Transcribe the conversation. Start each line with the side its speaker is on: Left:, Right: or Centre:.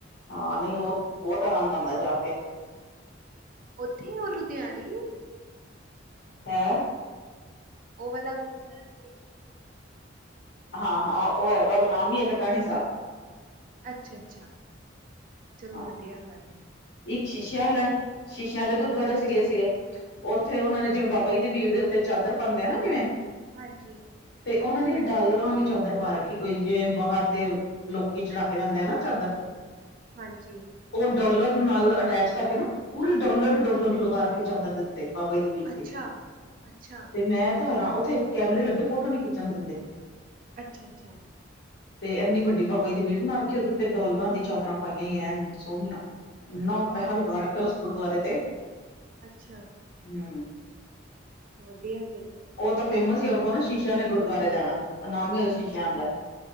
Left: ਹਾਂ ਨਹੀਂ ਉਹ ਬਹੁਤ ਆਰਾਮ ਆਉਂਦਾ ਜਾ ਕੇ
Right: ਉੱਥੇ ਉਹ ਲੁਧਿਆਣੇ
Left: ਹੈਂ
Right: ਉਹ ਵਾਲਾ ਗੁਰਦੁਆਰਾ ਦੇ ਦੇਖ
Left: ਹਾਂ, ਹਾਂ ਉਹ ਹੈਗਾ ਉਹਦਾ ਨਾਮ ਹੀ ਹੈ ਕਟਾਣੀ ਸਾਹਿਬ
Right: ਅੱਛਾ- ਅੱਛਾ ਚਲੋ
Left: ਹਾਂ
Right: ਵਧੀਆ ਗੱਲ
Left: ਇੱਕ ਸ਼ੀਸ਼ਿਆਂ ਵਾਲਾ, ਸ਼ੀਸ਼ਿਆਂ ਵਾਲੇ ਗੁਰਦੁਆਰੇ
Right: ਅੱਛਾ,
Left: ਸੀ ਗਏ ਸੀਗੇ, ਉੱਥੇ ਉਹਨਾ ਨੇ
Right: ਅੱਛਾ,
Left: ਜਿਵੇਂ ਬਾਬਾ ਜੀ ਦੀ ਬੀੜ ਦੇ ਉੱਤੇ ਚਾਦਰ ਪਾਉਂਦੇ ਆ ਨਾ ਜਿਵੇਂ
Right: ਹਾਂਜੀ
Left: ਤੇ ਉਹਨਾਂ ਨੇ ਡਾਲਰਾਂ ਲਈ ਚਾਦਰ ਪਾ ਰੱਖੀ ਕੋਈ ਜਿਵੇਂ ਬਾਹਰ ਦੇ ਲੋਕੀ ਚੜਾਕੇ ਜਾਂਦੇ ਆ ਨਾ ਚਾਦਰ
Right: ਹਾਂਜੀ
Left: ਉਹ ਡੋਲਰ ਨਾਲ ਅਟੈਚ ਕਰਕੇ ਨਾ ਪੂਰੀ ਡੋਲਰ
Right: ਹਾਂਜੀ,
Left: ਹੀ ਡੋਲਰ ਲਗਾ ਰੱਖੇ ਚਾਦਰ ਤੇ ਤੇ ਬਾਬਾ ਜੀ ਦੀ ਬੀੜ
Right: ਅੱਛਾ। ਅੱਛਾ,
Left: ਤੇ ਮੈਂ ਤਾਰਾਂ ਉਥੇ ਕੈਮਰੇ ਲੱਗੇ ਫੋਟੋ ਨੀ ਖਿੱਚਣ ਦਿੰਦੇ।
Right: ਅੱਛਾ-ਅੱਛਾ
Left: ਤੇ ਇੰਨੀ ਵੱਡੀ ਬਾਬਾ ਜ ਦੀ ਬੀੜ ਬਣਾ ਰਖੀ ਕੇ ਉਹਦੇ ਤੇ ਡਾਲਰਾਂ ਦੀ ਚਾਦਰਾ ਪਾਈਆਂ। ਨਹੀਂ ਐਨ ਸੋਹਣੀਆਂ ਇੰਨਾ
Right: ਵਾਹ!
Left: ਪੈਹਾ ਲਗਾ ਰੱਖਿਆ ਉਸ ਗੁਰਦੁਆਰੇ ਤੇ
Right: ਅੱਛਾ
Left: ਹੂੰ
Right: ਵਧੀਆ ਫਿਰ ਤੇ
Left: ਉਹ ਤਾਂ ਫੇਮਸ ਹੀ ਕਹੋ ਨਾ ਸ਼ੀਸ਼ਿਆਂ ਵਾਲੇ ਗੁਰਦੁਆਰੇ ਜਾਣਾ ਉਹ ਨਾਮ ਹੀ ਉਹਦਾ ਸ਼ੀਸ਼ਿਆਂ
Right: ਅੱਛਾ।
Left: ਵਾਲਾ